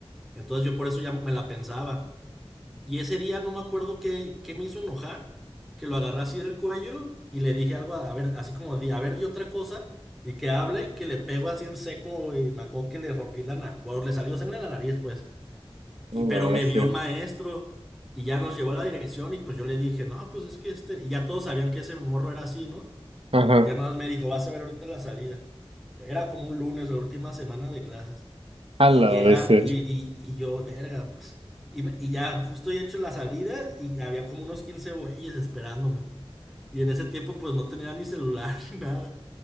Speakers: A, in the centre; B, on the right.
A: Entonces yo por eso ya me la pensaba. Y ese día no me acuerdo qué, qué me hizo enojar, que lo agarré así del cuello y le dije algo, a, a ver, así como, di, a ver, di otra cosa, y que habla y que le pego así en seco, y me acuerdo que le rompí la nariz, le salió sangre en la nariz, pues, y,
B: ujú.
A: pero
B: A la bestia.
A: me vio un maestro y ya nos llevó a la dirección y pues yo le dije, no, pues es que este, y ya todos sabían que ese morro era así, ¿no?
B: Ajá.
A: Y ya nada más me dijo, vas a ver ahorita la salida. Era como un lunes, la última semana de clases
B: A
A: y
B: la
A: llegar,
B: bestia.
A: y, y- y yo, verga, pues. Y, me- y ya justo he hecho la salida y había como unos 15 güeyes esperándome. Y en ese tiempo pues no tenía ni celular <laughs> ni nada.